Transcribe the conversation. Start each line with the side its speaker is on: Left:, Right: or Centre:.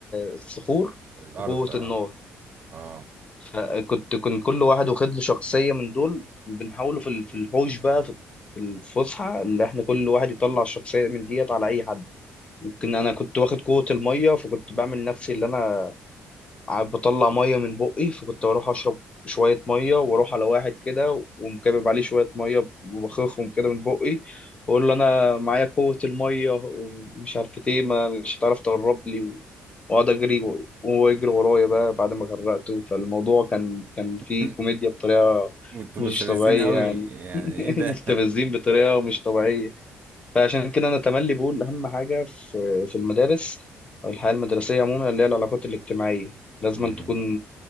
Left: الصخور
Right: الارض
Left: وقوة
Right: اه
Left: النار
Right: اه
Left: فكنت كان كل واحد واخد له شخصية من دول وبنحاوله في ال- في الحوش بقى في في الفسحة اللي احنا كل واحد يطلع الشخصية من ديت على أي حد ممكن أنا كنت واخد قوة المية فكنت بعمل نفسي اللي أنا قاعد بطلع ميه من بقي فكنت بروح اشرب شويه ميه واروح على واحد كده ومكبب عليه شويه ميه وبخخهم كده من بقي واقول له انا معايا قوه الميه ومش عارف ايه ما مش هتعرف تقرب لي واقعد اجري وهو يجري ورايا بقى بعد ما غرقته فالموضوع كان كان فيه
Right: <laughs>
Left: كوميديا بطريقه
Right: انتوا
Left: مش
Right: مستفزين
Left: طبيعيه
Right: قوي
Left: يعني
Right: يعني
Left: <laughs>
Right: ايه ده
Left: مستفزين بطريقه مش طبيعيه فعشان كده انا تملي بقول اهم حاجه في في المدارس او الحياه المدرسيه عموما اللي هي العلاقات الاجتماعيه لازم
Right: <laughs>
Left: أن تكون
Right: <laughs>